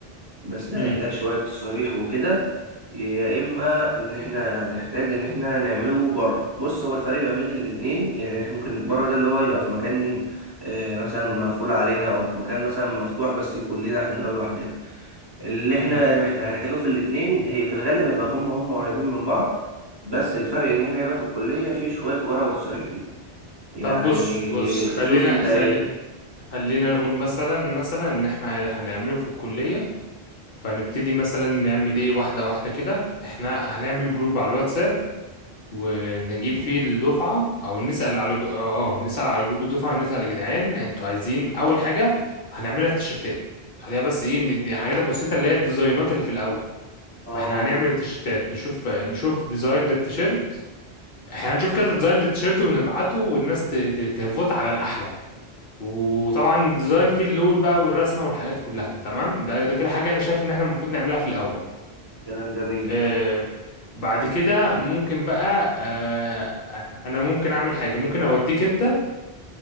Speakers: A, on the right; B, on the left.
A: بس ده
B: مم.
A: هيحتاج شوية تصاريح وكده يا اما ان احنا نحتاج ان احنا نعمله بره بص هو الفرق ما بين الاتنين يعني احنا ممكن بره ده اللي هو يبقى في مكان آه، مثلا مقفول علينا او في مكان مثلا مفتوح بس يكون لنا احنا لوحدنا اللي احنا
B: مم.
A: محت- هنحتاجه في الاتنين هي في الغالب هيبقى هم هم قريبين من بعض بس الفرق ان احنا هيبقى في الكلية في شوية ورق وتصاريح دي يعني
B: طب بص بص خلينا
A: شوف انت ايه
B: خلي خلينا نقول مثلا مثلا ان احنا هنعمله في الكلية فهنبتدي مثلا نعمل ايه واحدة واحدة كده احنا هنعمل جروب على الواتساب ونجيب فيه الدفعة او نسأل على جو- اه آه، نسأل على جروب الدفعة نسأل يا جدعان انتوا عايزين اول حاجة هنعملها التيشيرتات خليها بس ايه ان دي الحاجات البسيطة اللي هي الديزاينات اللي في الاول
A: اه
B: فاحنا هنعمل التيشيرتات نشوف نشوف ديزاين للتيشيرت احنا هنشوف كذا ديزاين للتيشيرت ونبعته والناس ت- ت- تفوت على الاحلى وطبعا ديزاين فيه اللون بقى والرسمه والحاجات كلها تمام ده ده كده حاجه انا شايف ان احنا المفروض نعملها في الاول
A: كلام جميل
B: آه بعد كده ممكن بقى آه انا ممكن اعمل حاجه ممكن اوديك انت